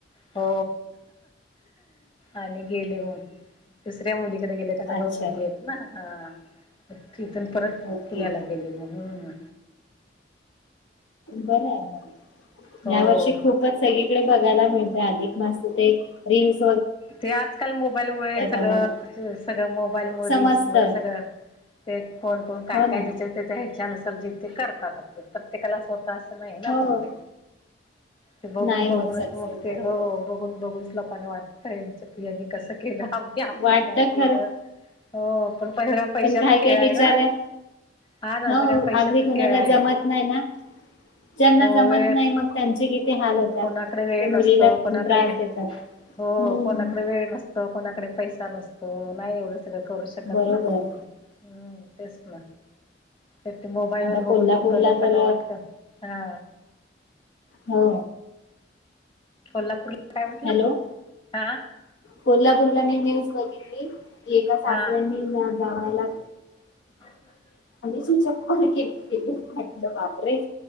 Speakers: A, on the left; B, on the left.
A: हो आणि गेले मग दुसऱ्या मुलीकडे गेले त्यांना
B: अच्छा
A: दोन मुलीयेतं ना हा तिथून परत
B: ओके
A: पुण्याला गेले म हो ना
B: बरय म
A: हो
B: ह्या वर्षी खूपच सगळी कडे बगायला मिळतंय अधिक मासा ते रिल्स
A: ते आजकाल मोबाईल मुळे सगळं
B: बघायला
A: सगळं मोबाईल मुळ
B: समजतं
A: रिल्स मूळ सगळं ते कोण कोण काय
B: हो
A: काय
B: ना
A: ज्याच्या त्याच्या ह्याच्यानुसार जी ती कर तात ते प्रत्येकालाच होत असं नाई ना
B: हो
A: पण ते ते बघून
B: नाही
A: बघूनच
B: होत सक्सेस
A: मग ते
B: बरोबर
A: हो बघून बघूनच लोकांना वाटतय यानी कस केलं आम्ही आपण
B: वाटत
A: नाय केलं.
B: खरं
A: हो पण सगळा पैशाचा
B: पण काय
A: खेळ
B: काय विचार
A: हाय ना.
B: आहे
A: हा ना
B: हो
A: सगळा पैशाचा
B: अगदी कोणाला
A: खेळ आहे
B: जमत नाय ना ज्यांना
A: हो
B: जमत
A: वेळ
B: नाई मग त्यांचे किती हाल होतात
A: कोणाकडे वेळ
B: ते
A: नसतो
B: मुलीला त्रास
A: कोणाकडे
B: देतात.
A: हो
B: हम्म
A: कोणाकड वेळ नसतो. कोणाकड पैसा नसतो. नाही एवड सगळं करू शकत
B: बरोबर
A: ना कोण कोणी हम्म तेच ना एक ते मोबाईल वर
B: आता कोल्हापूरला
A: बघुन मग ते लोकांना
B: तर
A: वाटत हा
B: हो.
A: कोल्हापूरला काय म्हटलं
B: हॅलो
A: आ
B: कोल्हापूरला मी न्यूज बगीतली की एका सासऱ्यानी
A: हा
B: जावायाला
A: <inaudible>
B: ती चप्पल केलती म्हंटल बाप रे!